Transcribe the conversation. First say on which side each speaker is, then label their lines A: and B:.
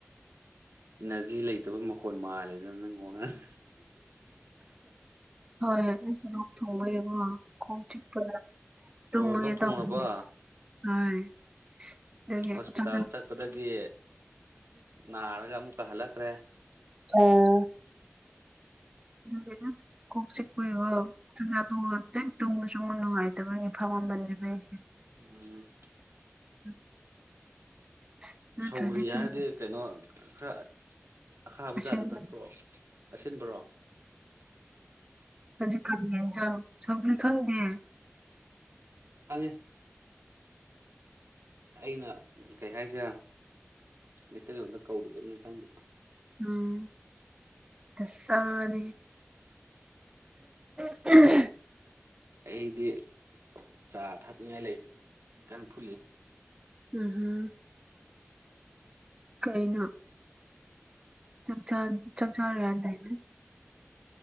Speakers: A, on the right; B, on the right.
A: ꯏꯅꯔꯖꯤ ꯂꯩꯇꯕ ꯃꯈꯣꯟ ꯃꯥꯜꯂꯦꯗ ꯅꯪ ꯋꯥꯉꯥꯡ
B: ꯍꯣꯏ <unintelligible> ꯊꯣꯡꯃꯒꯦꯀꯣ ꯀꯣꯛ ꯆꯤꯛꯄꯗ ꯇꯨꯝꯃꯒꯦ
A: ꯑꯣ ꯂꯣꯛ ꯊꯨꯡꯉꯕꯣ
B: ꯇꯧꯕꯅꯦ ꯍꯣꯏ ꯑꯗꯨꯒꯤ
A: ꯍꯣꯁꯄꯤꯇꯥꯜ
B: ꯆꯥꯛ
A: ꯆꯠꯄꯗꯒꯤ ꯅꯥꯔꯒ ꯑꯃꯨꯛꯀ ꯍꯜꯂꯛꯈ꯭ꯔꯦ
B: <unintelligible> <unintelligible> ꯀꯣꯛ ꯆꯤꯛꯄꯩꯒꯣ ꯆꯥꯛꯆꯥ ꯇꯣꯛꯑꯒ ꯍꯦꯛ ꯇꯨꯝꯕꯁꯨ ꯅꯨꯡꯉꯥꯏꯇꯕꯒꯤ ꯐꯝꯃꯝꯕꯅꯦꯕ ꯑꯩꯁꯦ
A: ꯎꯝ
B: <inaudible> ꯅꯠꯇ꯭ꯔꯗꯤ
A: ꯁꯧꯒ꯭ꯔꯤ
B: ꯇꯨꯝ
A: ꯍꯥꯏꯔꯗꯤ ꯀꯩꯅꯣ ꯈꯔ ꯑꯈꯥꯕꯖꯥꯗꯨ
B: <unintelligible>
A: ꯅꯠꯇ꯭ꯔꯣ ꯑꯁꯤꯟꯕ꯭ꯔꯣ
B: ꯍꯧꯖꯤꯛꯀꯥꯟ ꯌꯦꯟꯖꯥꯡ ꯁꯧꯒ꯭ꯔꯤ ꯈꯪꯗꯦ
A: ꯈꯪꯉꯦ ꯑꯩꯅ ꯀꯩ ꯍꯥꯏꯁꯤꯔ ꯃꯩꯇꯩꯂꯣꯟꯗ ꯀꯧꯗꯕꯅ ꯈꯪꯗꯦ
B: ꯎꯝ ꯗꯁꯥꯅꯤꯍꯦ <unintelligible>
A: ꯑꯩꯗꯤ ꯆꯥ ꯊꯛꯅꯤꯡꯉꯥꯏ <unintelligible> ꯀꯟ ꯐꯨꯠꯂꯤ
B: ꯎꯝꯍꯨꯝ ꯀꯩꯅꯣ ꯆꯥꯛꯆꯥ ꯆꯥꯛꯆꯥꯥꯔꯦ ꯍꯥꯏꯗꯥꯏꯅꯦ